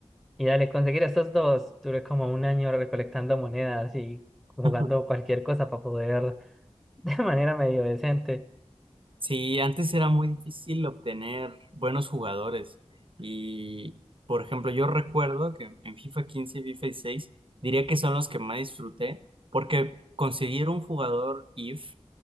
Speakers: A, in the centre; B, on the right.
A: y dale, conseguir esos dos, duré como un año recolectando monedas y jugando
B: <laughs>
A: cualquier cosa para poder <laughs> de manera medio decente.
B: Sí, antes era muy difícil obtener buenos jugadores. Y, por ejemplo, yo recuerdo que en FIFA 15 y FIFA 16 diría que son los que más disfruté porque conseguir un jugador IF,